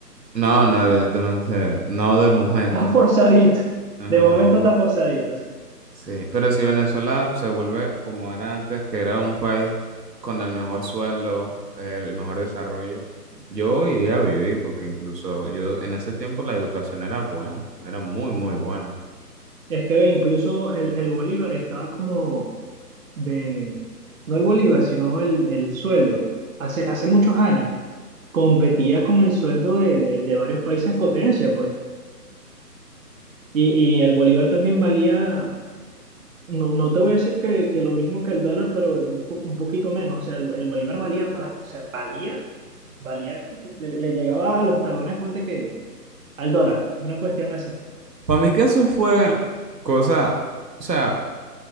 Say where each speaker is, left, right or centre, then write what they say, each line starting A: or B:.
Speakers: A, on the right (about 85°); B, on the right (about 55°).
A: no, no, evidentemente, no de momento.
B: está forzadito.
A: <laughs>
B: De momento está forzadito, sí.
A: Sí, pero si Venezuela se vuelve como era antes, que era un país con el mejor sueldo, el mejor desarrollo, yo iría a vivir porque incluso yo en ese tiempo la educación era buena, era muy, muy buena.
B: Es que ve, incluso el, el Bolívar estaba como de, no el Bolívar, sino el, el sueldo. Hace, hace muchos años competía con el sueldo de, de, de varios países potencia, pues. Y, y el Bolívar también valía, no, no te voy a decir que, que lo mismo que el dólar, pero un, po- un poquito menos. O sea, el, el Bolívar valía, plata, o sea, valía Valía, le, le llegaba a los talones, ponte que al dólar, una cuestión así.
A: Para mí que eso fue cosa, o sea,